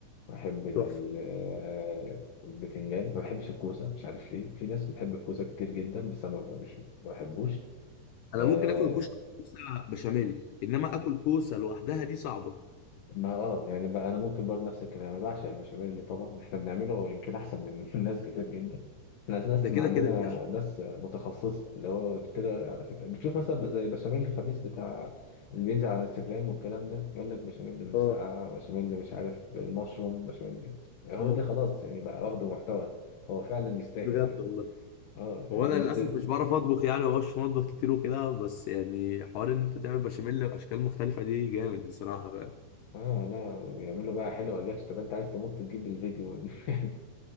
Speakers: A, on the left (about 70°); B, on the left (about 90°).
A: بحب ال-
B: تحفه
A: آه، البتنجان ما بحبش الكوسه مش عارف ليه في ناس بتحب الكوسه كتير جدا بس انا ما- مش ما بحبوش
B: انا
A: آه،
B: ممكن اكل كوشه كوسه بشاميل انما اكل كوسه لوحدها دي صعبه
A: ما اه يعني بقى انا ممكن برضه نفس الكلام انا بعشق البشاميل اللي طبعا احنا بنعمله هو يمكن احسن من <laughs> ناس كتير جدا احنا ناس
B: ده
A: ما
B: كده
A: عندنا
B: كده يا باشا
A: ناس متخصصه اللي هو بتبتدي على فكره بتشوف مثلا زي بشاميل الخميس بتاع اللي بينزل على الانستجرام والكلام ده يقول لك بشاميل من مسقعه
B: اه
A: بشاميل مش عارف المشروم بشاميل إيه. هو
B: اه
A: ده خلاص يعني بقى واخده محتوى هو فعلا يستاهل
B: بجد
A: يعني
B: والله
A: اه
B: هو
A: يعني
B: انا
A: بينزل
B: للاسف مش بعرف اطبخ يعني ما بعرفش اطبخ كتير وكده بس يعني حوار ان انت تعمل بشاميل باشكال مختلفه دي جامد بصراحه بقى
A: اه لا بيعملوا بقى حلو يقول لك طب انت عايز تنط تجيب الفيديو <laughs> يعني